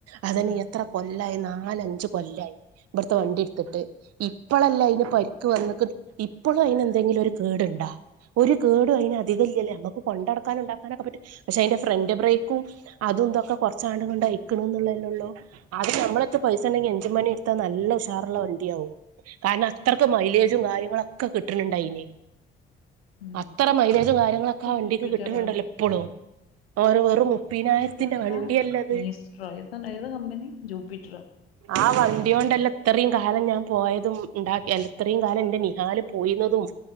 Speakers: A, on the right; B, on the left.
A: അതന്നെ
B: ആഹ്
A: എത്ര കൊല്ലായി നാലഞ്ച് കൊല്ലായി ഇബട്ത്തെ വണ്ടിട്ത്ത്ട്ട് ഇപ്പളല്ലേ അയിന് പരിക്ക് വന്ന്ക്ക് ഇപ്പളും അയിന് എന്തെങ്കിലും ഒരു കേട്ണ്ടാ ഒരു കേടും അയിനതിക ഇല്ല്യല്ലോ നമ്മക്ക് കൊണ്ടടക്കാനും ഇണ്ടാക്കാനൊക്കെ പറ്റും പക്ഷെ അയിന്റെ ഫ്രണ്ട് ബ്രേക്കും അതും ഇന്തൊക്കെ കൊറച്ചാണ്ട് ആണ്ടുംഇണ്ടോക്കെ അയിക്ക്ണ്ന്നല്ലോള്ളൂ അത് നമ്മളട്ത്ത് പൈസണ്ടെങ്കി എഞ്ചി പണിട്ത്ത നല്ല ഉഷാറ്ള്ള വണ്ട്യാവും കാരണം അത്രക്ക് മൈലേജും കാര്യങ്ങളൊക്കെ കിട്ട്ണണ്ടയിന്
B: ഉം
A: അത്ര മൈലേജും കാര്യങ്ങളൊക്കെ ആ വണ്ടിക്ക്
B: ജൂപ്പിറ്ററാ
A: കിട്ടുന്നുണ്ടല്ലോപ്പളും അവ വെറും മുപ്പതിനായിരത്തിന്റെ
B: ജൂപ്പീറ്ററാ
A: വണ്ടിയല്ലത്
B: മീസ്ട്രോ ഏത ഏതാ കമ്പനി ജൂപ്പിറ്ററോ
A: ആ വണ്ടിയൊണ്ടല്ലേ ഇത്രീം കാലം ഞാൻ പോയതും ഇണ്ടാ അല്ല ഇത്രീം കാലം ഇന്റെ നിഹാല് പോയീന്നതും